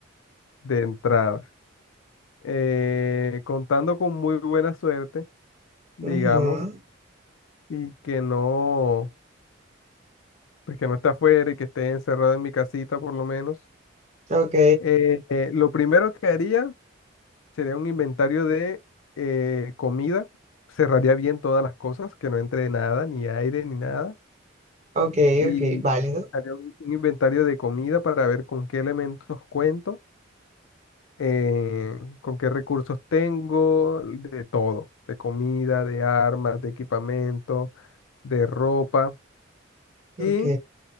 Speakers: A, on the left; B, on the right.
A: de entrada. Eh, contando con muy buena suerte, digamos,
B: Ujú,
A: y que no, pues que no esté afuera y que esté encerrado en mi casita por lo menos.
B: Ok.
A: eh, eh, lo primero que haría Sería un inventario de eh, comida. Cerraría bien todas las cosas, que no entre nada, ni aire, ni nada.
B: Ok,
A: Y
B: ok, válido.
A: haría un un inventario de comida para ver con qué elementos cuento, eh, con qué recursos tengo, de todo, de comida, de armas, de equipamiento, de ropa. Y
B: Ok,